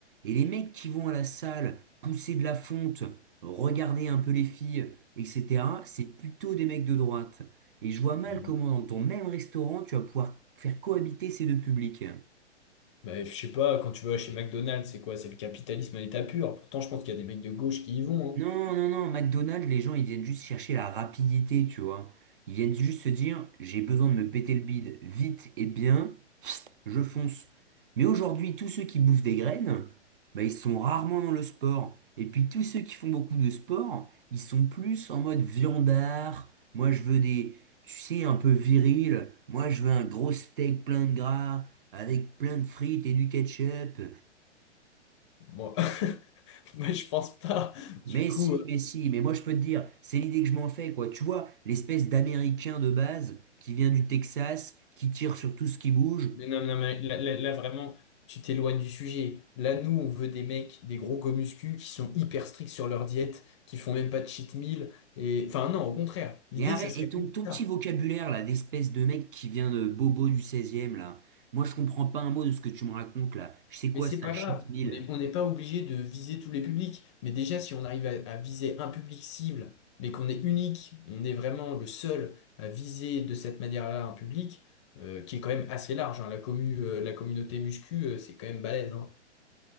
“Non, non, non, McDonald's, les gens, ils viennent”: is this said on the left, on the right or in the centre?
Right